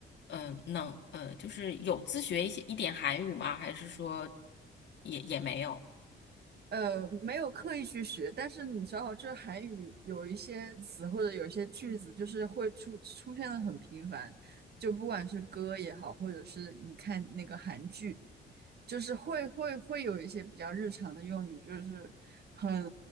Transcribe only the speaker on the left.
嗯、呃能呃就是有自学一些一点韩语吗？还是说也也没有